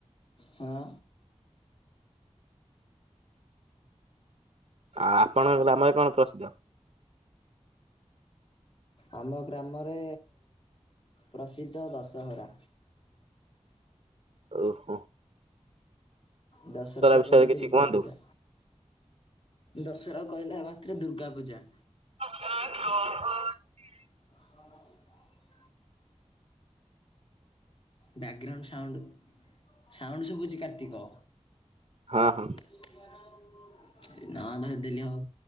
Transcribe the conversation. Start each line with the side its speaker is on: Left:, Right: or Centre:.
Left: ହଁ।
Right: ଆଉ ଆପଣଙ୍କ ଗ୍ରାମରେ କଣ ପ୍ରସିଦ୍ଧ?
Left: ଆମ ଗ୍ରାମରେ ପ୍ରସିଦ୍ଧ ଦଶହରା।
Right: ଓ ହଁ।
Left: ଦଶହରା ତ
Right: ବିଷୟରେ
Left: କହିଲେ
Right: କିଛି
Left: ଦୁର୍ଗା
Right: କୁହନ୍ତୁ
Left: ପୂଜା। ଦଶରା କଇଲା ମାତ୍ରେ ଦୁର୍ଗା ପୂଜା।
Right: <inaudible>
Left: <inaudible> ବ୍ୟାଗ୍ ଗ୍ରାଉଣ୍ଡ ସାଉଣ୍ଡୁ, ସାଉଣ୍ଡୁ ଶୁଭୁଚି କାର୍ତ୍ତିକ।
Right: ହଁ, ହଁ।
Left: <inaudible> ଏ ନା ନା ଦିନେ ହଉ।